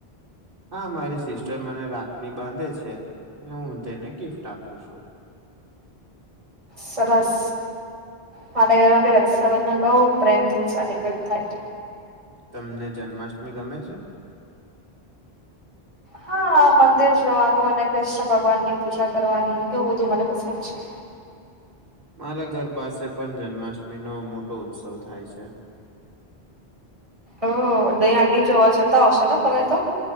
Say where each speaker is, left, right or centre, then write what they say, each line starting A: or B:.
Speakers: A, on the right (about 60°); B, on the right (about 30°).
A: હા, મારી સિસ્ટર મને રાખડી બાંધે છે, અને હું તેને ગિફ્ટ આપું છું.
B: સરસ મારે ઘરમાં બી રક્ષાબંધન બોઉ પ્રેમથી સેલિબ્રેટ થાય.
A: તમને જન્માષ્ટમી ગમે છે?
B: હા મંદિર જવાનું, અને કૃષ્ણ ભગવાનની પૂજા કરવાની, એવું બધું મને પસંદ છે.
A: મારા ઘર પાસે પણ જન્માષ્ટમી નો મોટો ઉત્સવ થાય છે.
B: ઓ જોવા જતા હશો ને, તમે તો?